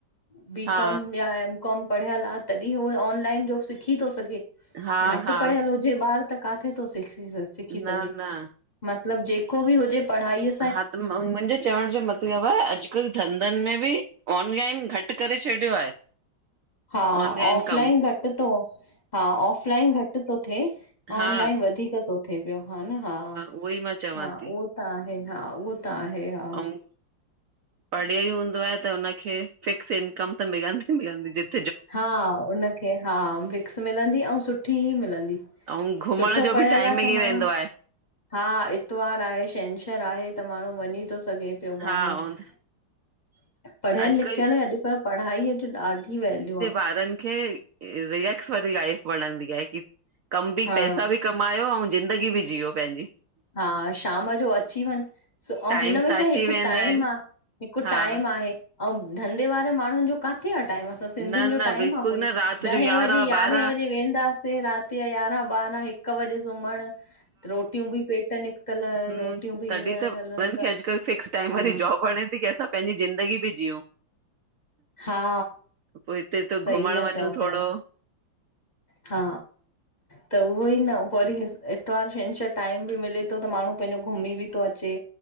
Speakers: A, on the left; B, on the right.
A: ब
B: हा
A: कॉम या एम कॉम पढ़ियल आ तॾीं हो ऑनलाइन जो ब सिखी तो सघे
B: हा
A: घट
B: हा
A: पढ़ियल जे ॿार त किथे थो सिख सिखी
B: न
A: सघे,
B: न
A: मतलब जेको बि हुजे पढ़ाई
B: हा त मुंहिंजे चवण जो मतिलब आ अॼुकल धंधन में बि ऑनलाइन घट करे छॾियो आहे।
A: हा
B: ऑनलाइन
A: ऑफलाइन
B: कमु
A: घट तो हा ऑफलाइन घट थो थिए।
B: हा
A: ऑनलाइन वधीक थो थिए पियो हा न हा।
B: उहो ई मां चवां
A: हा
B: थी
A: उहो त आहे हा उहो त आहे हा।
B: ऐं पढ़ियल हूंदो आए त हुनखे फिक्स इनकम त मिलंदी मिलंदी जित
A: हा हुनखे हा, फिक्स मिलंदी अऊं सुठी ई मिलंदी।
B: अऊं घुमण
A: सुठो
B: जो बि
A: पढ़ियल
B: टाइम
A: आ
B: मिली
A: त माण्हू
B: वेंदो आहे।
A: हा इतवार आहे छंछरु आहे त माण्हू वञी थो सघे पियो
B: हा
A: ॿाहिरि।
B: ऐं
A: पढ़ियल
B: अॼुकल्ह
A: लिखियल अॼुकल्ह पढ़ाईअ जी ॾाढी वैल्यू आ।
B: ॿारन खे रियेक्स वारी लाइफ वणंदी आये की काम भी
A: हा
B: पैसा कम कमायो ऐं ज़िंदगी बि जीओ पंहिंजी।
A: हा शाम जो अची वञ ऐं
B: टाइम
A: हिनमें
B: सां
A: छा
B: अची
A: हिकु
B: वेंदा
A: टाइम
B: आहिनि
A: आह हिकु
B: हा
A: टाइम आहे। अऊं धंदे वारे माण्हुन जो किथे आ टाइम? त सिंधियुन
B: न
A: जो
B: न
A: टाइम
B: बिल्कुलु
A: आ कोई?
B: न राति जो
A: ॾहे
B: यारहां
A: बजे यारहें
B: ॿारहां
A: बजे वेंदास। ते रात जा यारहां ॿारहां हिक बजे सुम्हण रोटियूं बि पेट निकितल
B: हूं
A: रोटियूं बि
B: तॾीं
A: ईअं हलनि
B: ॿियनि
A: त
B: खे अज कल फिक्स टाइम
A: हा
B: वारी जॉब वार असां पंहिंजी ज़िंदगी बि जिऊं।
A: हा
B: पोइ हिते त
A: सही
B: घुमण
A: था
B: वञू
A: चओ पिया।
B: थोड़ो।
A: हा त उहो ई न वरी इतवार- छंछरु टाइम बि मिले थो त माण्हू पंहिंजो घुमी बि थो अचे